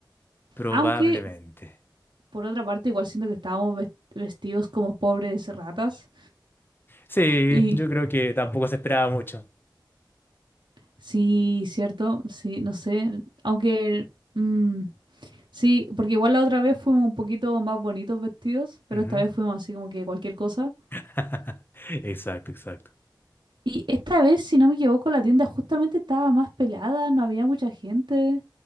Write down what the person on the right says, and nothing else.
Aunque por otra parte igual siento que estábamos ves- vestidos como pobres ratas.
Y
Sí, cierto, sí, no sé, aunque mm, sí, porque igual la otra vez fuimos un poquito más bonitos vestidos, pero
esta vez fuimos así como que cualquier cosa.
Y esta vez, si no me equivoco, la tienda justamente estaba más pelada, no había mucha gente.